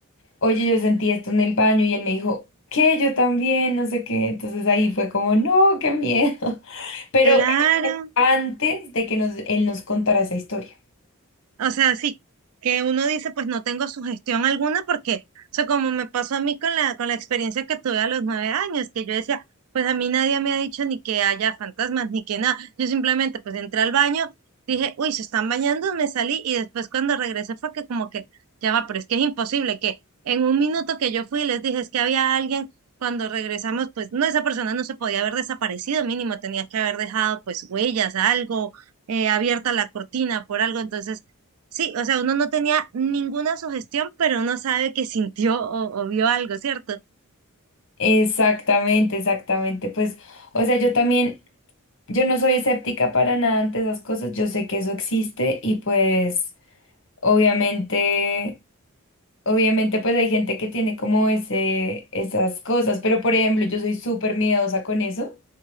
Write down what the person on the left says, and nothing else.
oye, yo sentí esto en el baño y él me dijo, ¿qué? Yo también, no sé qué. Entonces ahí fue como, no, qué miedo. <laughs> Pero
antes de que nos, él nos contara esa historia.
Exactamente, exactamente. Pues, o sea, yo también, yo no soy escéptica para nada ante esas cosas, yo sé que eso existe y pues, obviamente, obviamente, pues hay gente que tiene como ese, esas cosas, pero por ejemplo, yo soy súper miedosa con eso